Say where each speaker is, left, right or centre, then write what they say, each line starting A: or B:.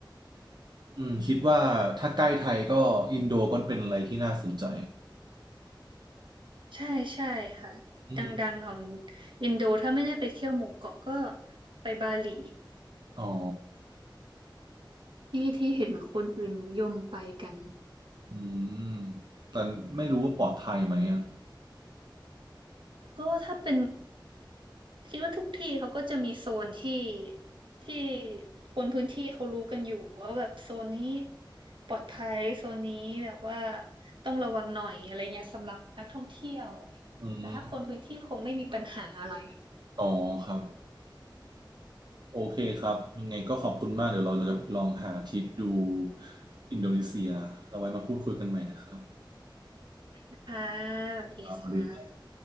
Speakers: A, on the right; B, on the right.
A: อืมคิดว่าถ้าใกล้ไทยก็อินโดก็เป็นอะไรที่น่าสนใจ
B: ใช่ใช่ค่ะ
A: อืม
B: ดังๆของอินโดถ้าไม่ได้ไปเที่ยวหมู่เกาะก็ไปบาหลี
A: อ๋อ
B: ที่ที่เห็นคนอื่นนิยมไปกัน
A: อืมแต่ไม่รู้ว่าปลอดภัยไหมอ่ะ
B: ก็ถ้าเป็นคิดว่าทุกที่เขาก็จะมีโซนที่ที่คนพื้นที่เขารู้กันอยู่ว่าแบบโซนนี้ปลอดภัยโซนนี้แบบว่าต้องระวังหน่อยอะไรเงี้ยสำหรับนักท่องเที่ยว
A: อืม
B: แต่ถ้าคนพื้นที่คงไม่มีปัญหาอะไร
A: อ๋อครับ โอเคครับ ยังไงก็ขอบคุณมากเดี๋ยวเราเราจะลองหาทริปดูอินโดนีเซียเราไว้มาพูดคุยกันใหม่นะครับ
B: ค่ะสวัสดีค่ะ
A: ครับสวัสดี